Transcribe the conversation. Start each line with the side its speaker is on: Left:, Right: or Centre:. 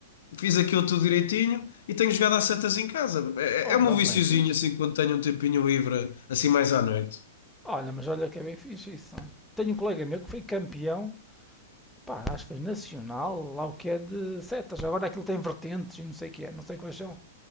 Left: fiz aquilo tudo direitinho e tenho jogado às setas em casa. É,
Centre: Olha,
Left: é um
Centre: bem
Left: viciozinho
Centre: fixe.
Left: assim quando tenho um tempinho livre, assim mais à noite.
Centre: Olha, mas olha que é bem fixe isso. Tenho um colega meu que foi campeão, pá, acho que foi nacional, lá o que é de setas. Agora aquilo tem vertentes e não sei o que é, não sei quais são